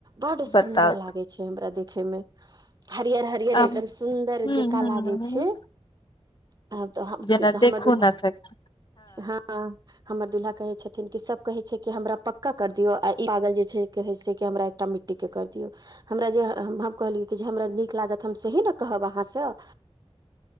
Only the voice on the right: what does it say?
बड
सुंदर लाग छै हमरा देखे मे हरियर हरिहर,
एकदम सुन्दर
जेका
लागै छै, आब तऽ
अहमद
हँ <unintelligible> हमर दुल्हा कहे छथिन क सब कहे छै कि हमरा पक्का कर दिय, आ ई जे छै कहे छै कि, हमरा एकटा मिट्टी मिट्टी कर दिऔ <unintelligible> हमरा जे हम, हम कहलियै कि जे हमरा नीक लागत, हम सही ने कहब अहाँसँ।